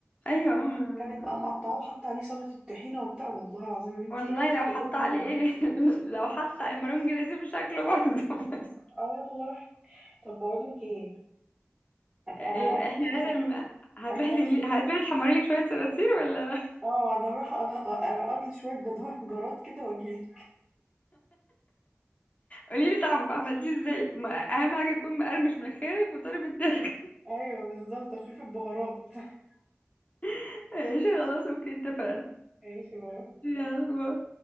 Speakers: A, on the left; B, in the centre.
A: ايوه ما...
B: كانت بقى مقطعاه
A: ما...
B: وحاطه عليه سلطه الطحينه وبتاع والله العظيم يا بنتي
A: والله
B: خدت
A: لو حط
B: لقمه
A: علي
B: بالعافيه
A: ايه <laughs> لو حط علي مرنج لازم شكله برضو <laughs>
B: اه والله طب بقول لك ايه
A: ايه
B: على ان
A: احنا لازم
B: على-
A: هتروحي
B: احنا
A: تقلي-
B: بس
A: هتروحي تحمري لك شويه صراصير ولا
B: اه انا هروح أ- أ- ارقد لي شويه جدار جراد كده واجيلك
A: قولي لي طعمه عملتيه ازاي ما- اهم حاجه يكون مقرمش من خارج وطري من الداخل
B: ايوه بالظبط اشوف البهارات <laughs>
A: <laughs> ماشي خلاص اوكي اتفقنا
B: ماشي باي.
A: يلا باي.